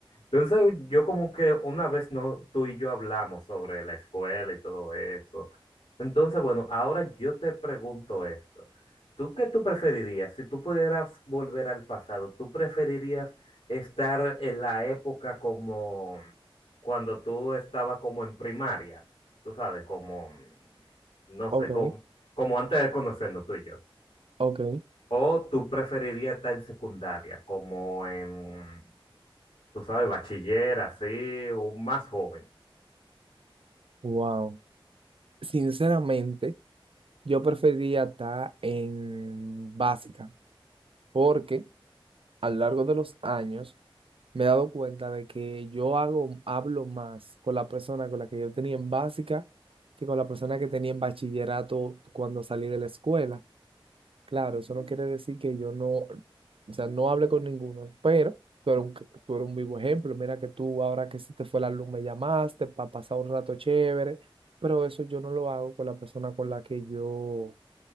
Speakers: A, on the left; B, on the right.
A: Entonces yo como que una vez no, tú y yo hablamos sobre la escuela y todo eso. Entonces, bueno, ahora yo te pregunto esto. ¿Tú qué tú preferirías? Si tú pudieras volver al pasado, ¿tú preferirías estar en la época como cuando tú estabas como en primaria? Tú sabes, como, mm, no sé,
B: Ok,
A: como, como antes de conocernos tú y yo.
B: ok,
A: ¿O tú preferirías estar en secundaria, como en tú sabes, bachiller, así, o más joven.
B: wow. Sinceramente, yo preferiría estar en básica, porque a lo largo de los años, me he dado cuenta de que yo hago, hablo más con la persona con la que yo tenía en básica que con la persona que tenía en bachillerato cuando salí de la escuela. Claro, eso no quiere decir que yo no, o sea, no hable con ninguno, pero tú eres un, tú eres un vivo ejemplo. Mira que tú ahora que se te fue la luz me llamaste para pasar un rato chévere, pero eso yo no lo hago con la persona con la que yo